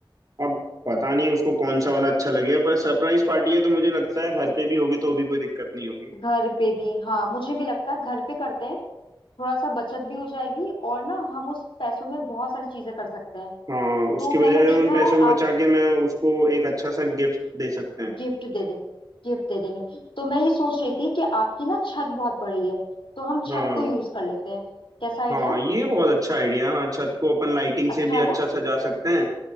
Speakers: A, on the right (about 45°); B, on the left (about 85°).
A: अब पता नहीं उसको कौन सा वाला अच्छा लगेगा पर सरप्राइज पार्टी है तो मुझे लगता है घर पे भी होगी तो भी कोई दिक्कत नहीं होगी
B: घर पे भी हाँ मुझे भी लगता है घर पे करते हैं थोड़ा सा बचत भी हो जाएगी और ना हम उस पैसों में बहुत सारी चीजें कर सकते हैं
A: हाँ उसके
B: तो मैंने
A: बजाय
B: देखा
A: उन पैसों
B: है
A: को
B: आप
A: बचा के मैं उसको एक अच्छा सा गिफ्ट दे सकते हैं
B: गिफ्ट दे दें गिफ्ट दे देंगे तो मैं ये सोच रही थी कि आपकी ना छत बहुत बड़ी है तो हम छत
A: हाँ
B: को यूज कर लेते हैं कैसा आइडिया
A: हाँ
B: है
A: ये बहुत अच्छा आइडिया हाँ छत को अपन लाइटिंग
B: अच्छा
A: से भी
B: है
A: अच्छा
B: ना
A: सजा सकते हैं